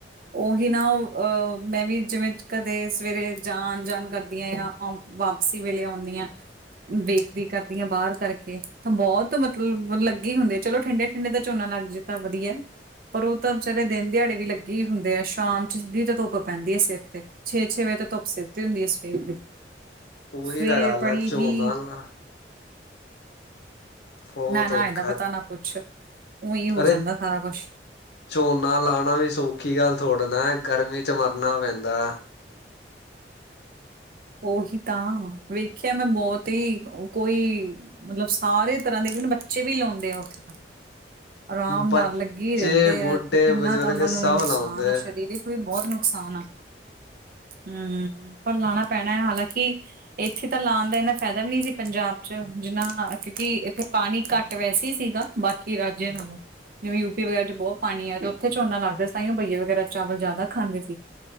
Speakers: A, on the right; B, on the left.
A: ਉਹੀ ਨਾ ਅਹ ਮੈਂ ਵੀ ਜਿਵੇਂ ਕਦੇ ਸਵੇਰੇ ਜਾ ਜਾਣ- ਜਾਣ ਕਰਦੀ ਹਾਂ ਆਂ ਵਾਪਸੀ ਵੇਲੇ ਆਉਨੀ ਆ। ਬੇਕਰੀ ਕਰਦੀ ਹਾਂ ਬਾਹਰ ਕਰਕੇ, ਤਾਂ ਬਹੁਤ ਮਤਲਬ ਲੱਗੇ ਹੀ ਹੁੰਦੇ ਚਲੋ ਠੰਡੇ ਠੰਡੇ ਦਾ ਝੋਨਾ ਲੱਗ ਜੇ। ਤਾਂ ਵਧੀਆ, ਪਰ ਉਹ ਤਾਂ ਵਿਚਾਰੇ ਦਿਨ ਦਿਹਾੜੇ ਵੀ ਲੱਗੇ ਇਹੀ ਹੁੰਦੇ ਆ ਸ਼ਾਮ ਚ ਸਿੱਧੀ ਤਾਂ ਧੁੱਪ ਪੈਂਦੀ ਹੈ ਸਿਰ ਤੇ, ਛੇ-ਛੇ ਵਜੇ ਤੋਂ ਧੁੱਪ ਸਿਰ ਉੱਤੇ ਹੁੰਦੀ ਆ ਸਵੇਰ ਦੀ।
B: ਉਹੀ
A: ਸਵੇਰ
B: ਤਾਂ ਗੱਲ
A: ਬੜੀ
B: ਆ ਝੋਨਾ
A: ਹੀ
B: ਨਾ ਬਹੁਤ
A: ਨਾ-ਨਾ
B: ਔਖਾ
A: ਇਹਦਾ ਪਤਾ ਨਾ ਕੁਛ, ਉਂਈ ਹੋ
B: ਅਰੇ
A: ਜਾਂਦਾ ਸਾਰਾ ਕੁਛ।
B: ਝੋਨਾ ਲਾਉਣਾ ਵੀ ਸੌਖੀ ਗੱਲ ਥੋੜੀ ਨਾ ਗਰਮੀ ਚ ਮਰਨਾ ਪੈਂਦਾ।
A: ਉਹੀ ਤਾਂ ਵੇਖਿਆ ਮੈਂ ਬਹੁਤ ਹੀ ਕੋਈ ਮਤਲਬ ਸਾਰੇ ਤਰ੍ਹਾਂ ਦੇ ਬੱਚੇ ਵੀ ਲਾਉਂਦੇ ਆ ਉੱਥੇ ਤਾਂ। ਆਰਾਮ
B: ਬੱਚੇ,
A: ਨਾਲ ਲੱਗੀ ਰਹਿੰਦੇ
B: ਬੁੱਢੇ,
A: ਆ ਤੇ ਕਿੰਨਾ
B: ਬਜ਼ੁਰਗ
A: ਤਾਂ ਉਹਨਾ ਨੂੰ
B: ਸਭ
A: ਨੁਕਸਾਨ
B: ਲਾਉਂਦੇ।
A: ਆ ਸਰੀਰਿਕ ਉਹੀ ਬਹੁਤ ਨੁਕਸਾਨ ਆ। ਹੂੰ ਪਰ ਲਾਣਾ ਪੈਣਾ ਹੈ ਹਾਲਾਂਕਿ ਇੱਥੇ ਤਾਂ ਲਾਉਣ ਦਾ ਇੰਨਾ ਫਾਇਦਾ ਵੀ ਨਹੀਂ ਸੀ ਪੰਜਾਬ 'ਚ ਜਿੰਨਾ ਕਿਉਂਕਿ ਇੱਥੇ ਪਾਣੀ ਘੱਟ ਵੈਸੇ ਈ ਸੀਗਾ। ਬਾਕੀ ਰਾਜਿਆਂ ਨੂੰ ਜਿਵੇਂ ਯੂਪੀ ਵਗੈਰਾ ਚ ਬਹੁਤ ਪਾਣੀ ਹੈ ਤੇ ਉੱਥੇ ਝੋਨਾ ਲੱਗਦਾ ਸੀ ਤਾਂਹੀਓ ਬਈਆ ਵਗੈਰਾ ਚਾਵਲ ਜ਼ਿਆਦਾ ਖਾਂਦੇ ਸੀ।